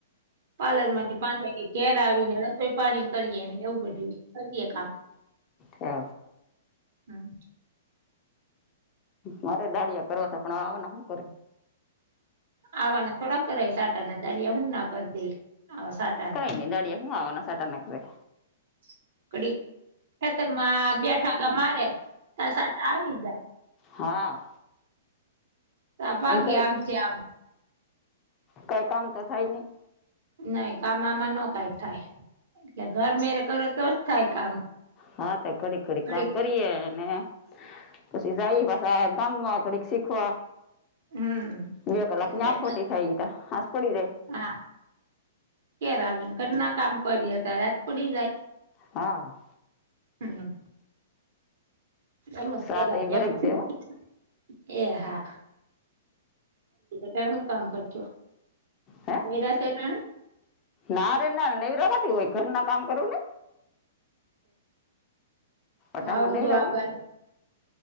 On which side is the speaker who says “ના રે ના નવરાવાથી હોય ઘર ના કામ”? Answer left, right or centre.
Left